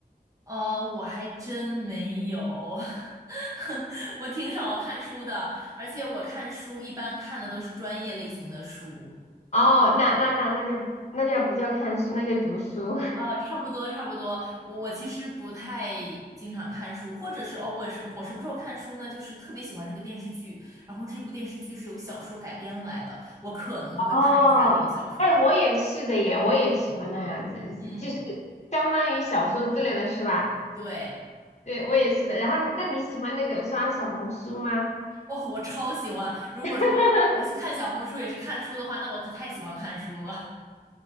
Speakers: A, on the right; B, on the left.
A: 呃，我还真没有，<laughs> 我挺少看书的，而且我看书一般看的都是专业类型的书，
B: 哦，那那那那就那就不叫看书，那就读书。
A: 呃，差不多差不多，我我其实不太经常看书，或者是哦，我也是，我什么时候看书呢？就是特别喜欢这个电视剧，然后这部电视剧是由小说改编来的，我可能就会看一下那个小说，
B: <laughs> 哦，哎，我也是的耶，我也喜欢那样子，
A: 嗯。
B: 就是相当于小说之类的是吧？
A: 对，
B: 对，我也是的。然后，那你喜欢那个刷小红书吗？
A: 哦，我超喜欢。如果说我看小红书也是看书的话，
B: <laughs>
A: 那我可太喜欢看书了。